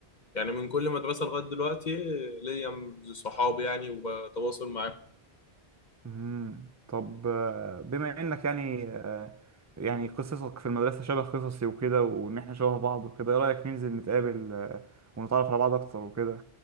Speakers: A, on the left (about 45°); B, on the right (about 20°).
A: يعني من كل مدرسه لغايه دلوقتي ليا صحاب يعني وبتواصل معاهم
B: مم. طب آه، بما انك يعني آه، يعني قصصك في المدرسة شبه قصصي وكده وان احنا شبه بعض وكده ايه رأيك ننزل نتقابل آه، ونتعرف على بعض اكتر وكده